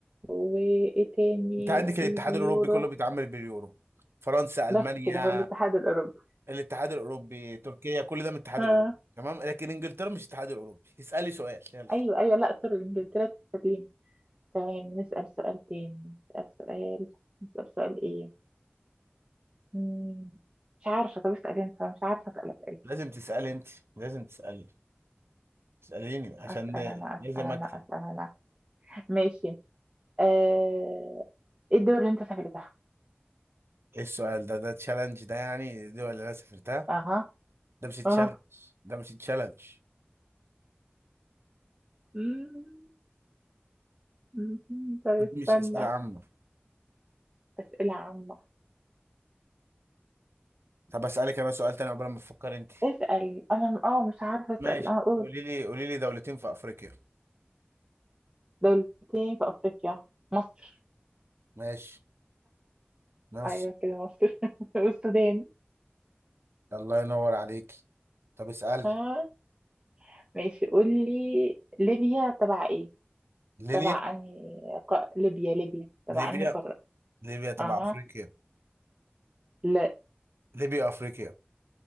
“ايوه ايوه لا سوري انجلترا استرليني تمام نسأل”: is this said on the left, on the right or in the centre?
Right